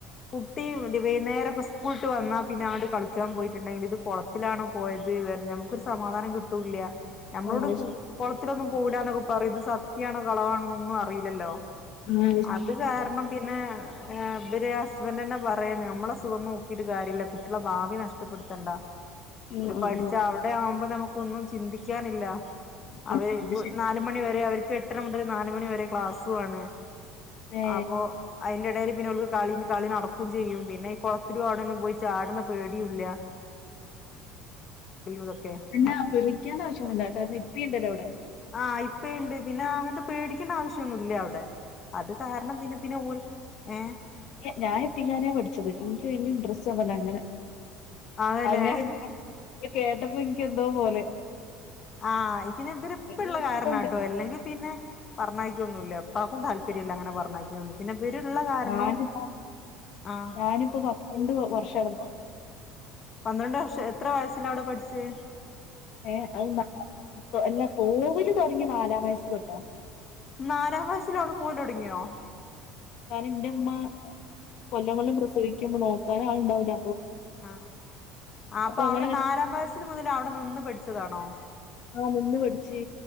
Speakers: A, on the left; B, on the left.
A: കുട്ടി <unintelligible> വൈന്നേരൊക്കെ സ്കൂള്ട്ട് വന്നാ പിന്നെന്നങ്ങോട്ട് കളിക് കാൻ പോയിട്ടുണ്ടെങ്കില് ഇത് കൊളത്തിലാണോ പോയത് വേറെ നമ്ക്കൊരു സമാധാനം കിട്ടൂം ഇല്ലൃ. നമ്മളോട്
B: ആ അത്
A: കുള്
B: ശരി
A: കൊളത്തിലൊന്നും പോവൂല്ലാന്നൊക്കെ പറയും. ഇത് സത്യാണോ കളവാണോനൊന്നും അറീല്ലല്ലോ?
B: ഉം
A: അത് കാരണം പിന്നെ ഏഹ് ഇവര് ഹസ്ബൻ്റെന്നെപറയും നമ്മളെ സുഖംനോക്കി കാര്യല്ല കുട്ടൃളെ ഭാവി നഷ്ടപ്പെടുത്തണ്ട
B: ഉം
A: ഓല്
B: ഉം
A: പഠിച്ചവിടെയാവുമ്പോ
B: ഉം
A: നമുക് ഒന്നും ചിന്തിക്കാനില്ല അവര്
B: ആ അത്
A: പൊ
B: ശരി
A: നാലുമണിവരെ അവർ കെട്ടരമുതല് നുലുമണിവരെ ക്ലാസുവാണ്
B: ഏ
A: അപ്പോ ഐൻ്റെടേല് പിന്നെ ഒന്ന് കളി കളി നടക്കും ചെയ്യും പിന്നെ ഈ കൊളത്തിലൂം അവ്ടെന്നും പോയി ചാട്ണ പേടിയുല്ല ഇതൊക്കെ
B: പിന്നെ വിളിക്കണ്ട ആവശ്യന്നുല്ലട്ട <unintelligible>
A: ആഹ് ഇപ്പയിണ്ട് പിന്നെ അങ്ങൻത്തെ പേടിക്കെണ്ട ആവശ്യം ഒന്നുല്ല അവിടെ അത് കാരണം പിന്നെ പിന്നെ ഓൽ ഏഹ്
B: ഞാ ഞാ എത്തിങ്ങാനെ പഠിച്ചത് എനിക്ക് ഭയങ്കര ഇൻട്രസ്റ്റ <unintelligible> അങ്ങനെ
A: അതേല്ലേ
B: അങ്ങനെയല്ല ഇത് കേട്ടപ്പോ എനിക്കെന്തോ പോലെ
A: ആഹ് ഇതിനെ ഇവര്പ്പിള്ള
B: പിന്നെ ഇപ്പണ്ട്
A: കാര്ണാട്ടോ അല്ലെങ്കി പിന്നെ പറഞ്ഞയ്ക്കോന്നുല്ല ഇപ്പാക്കും താല്പര്യല്ല അങ്ങനെ പറഞ്ഞയ്ക്ക്ണ്ട് പിന്നെവ്വര്ള്ള കാരണം
B: ഞാനിതാ
A: ആഹ്
B: ഞാനിപ്പോ <unintelligible> വർഷടുന്നു
A: പന്ത്രണ്ട് വർഷം എത്ര വയസ്സിനാ അവിടെപഠിച്ചേ
B: ഏഹ് അത് ന പൊ അല്ലാ പോവല് തൊടങ്ങി നാലാംവയസ്സ് തൊട്ടാ
A: നാലാം വയസ്സില് അവള് പോവല് തുടങ്ങിയോ
B: ഞാൻ എന്റെ ഇമ്മ കൊല്ലങ്ങളും പ്രസവിക്കുമ്പോ നോക്കാനാള് ഇണ്ടാവില്ല
A: ആഹ് ആഹ് അപ്പൊ
B: അങ്ങനെ
A: അവിടെ
B: അങ്ങനെ
A: നാലാം വയസ്സിന് മുതൽ അവിടെ നിന്ന് പഠിച്ചതാണോ
B: ആഹ് നിന്ന് പഠിച്ച്